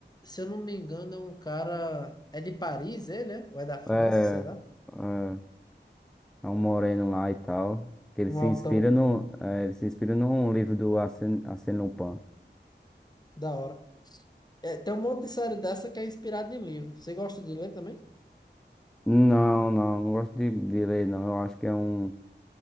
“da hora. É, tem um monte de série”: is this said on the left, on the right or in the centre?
Left